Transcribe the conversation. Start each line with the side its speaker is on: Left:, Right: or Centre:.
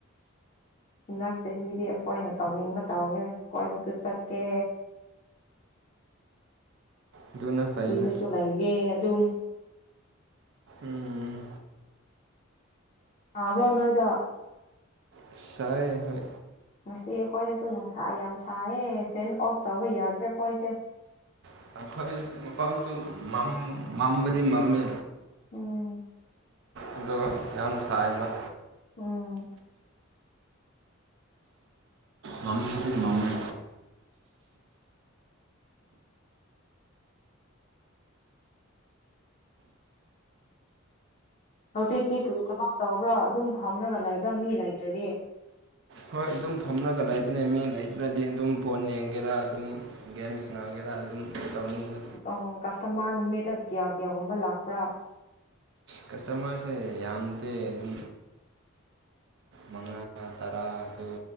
Left: ꯍꯤꯟꯗꯛ ꯆꯍꯤꯗꯤ ꯑꯩꯈꯣꯏꯅ ꯇꯧꯅꯤꯡꯕ ꯇꯧꯒꯦ ꯀꯣꯏꯕꯁꯨ ꯆꯠꯀꯦ
Right: ꯑꯗꯨꯅ ꯐꯩꯗ
Left: ꯐ꯭ꯔꯤꯗꯁꯨ ꯂꯩꯒꯦ ꯑꯗꯨꯝ
Right: ꯎꯝ
Left: ꯁꯥꯕ꯭ꯔꯥ ꯅꯣꯏꯗ
Right: ꯁꯥꯏꯌꯦ ꯍꯣꯏ
Left: ꯉꯁꯤ ꯑꯩꯈꯣꯏꯗꯁꯨ ꯅꯨꯡꯁꯥ ꯌꯥꯝ ꯁꯥꯏꯌꯦ ꯐꯦꯟ ꯑꯣꯐ ꯇꯧꯕ ꯌꯥꯗ꯭ꯔꯦ ꯑꯩꯈꯣꯏꯁꯦ
Right: <unintelligible> ꯃꯝꯕꯗꯤ ꯃꯝꯃꯦ
Left: ꯎꯝ
Right: ꯑꯗꯣ ꯌꯥꯝ ꯁꯥꯏꯕ
Left: ꯎꯝ
Right: ꯃꯝꯕꯨꯗꯤ ꯃꯝꯃꯦ
Left: ꯍꯧꯖꯤꯛꯇꯤ ꯀꯔꯤ ꯊꯕꯛ ꯇꯧꯕ꯭ꯔꯥ ꯑꯗꯨꯝ ꯐꯝꯔꯒ ꯂꯩꯕ꯭ꯔꯥ ꯃꯤ ꯂꯩꯇ꯭ꯔꯗꯤ
Right: ꯍꯣꯏ ꯑꯗꯨꯝ ꯐꯝꯂꯒ ꯂꯩꯕꯅꯦ ꯃꯤ ꯂꯩꯇ꯭ꯔꯗꯤ ꯑꯗꯨꯝ ꯐꯣꯟ ꯌꯦꯡꯒꯦꯔꯥ ꯑꯗꯨꯝ ꯒꯦꯝ ꯁꯅꯥꯒꯦꯔꯥ ꯑꯗꯨꯝ ꯇꯧꯅꯤꯡꯕ
Left: ꯎ ꯀꯁꯇꯃꯥꯔ ꯅꯨꯃꯤꯠꯇ ꯒ꯭ꯌꯥ ꯒ꯭ꯌꯥꯒꯨꯝꯕ ꯂꯥꯛꯄ꯭ꯔꯥ
Right: ꯀꯁꯇꯃꯔꯁꯦ ꯌꯥꯝꯗꯦ ꯑꯗꯨꯝ ꯃꯉꯥ ꯇꯔꯥ ꯑꯗꯨ